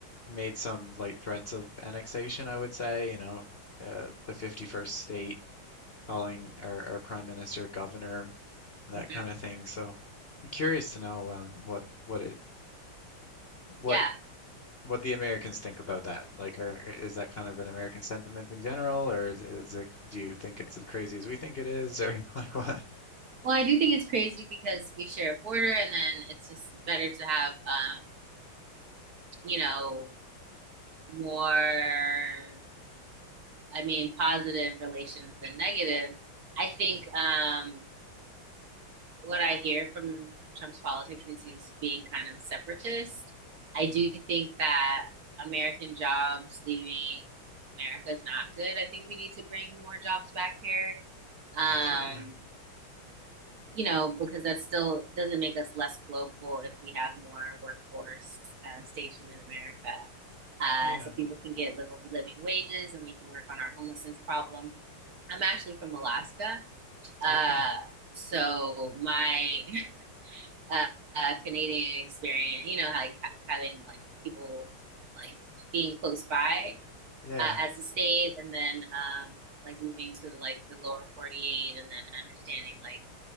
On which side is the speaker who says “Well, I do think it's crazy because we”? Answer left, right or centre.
Right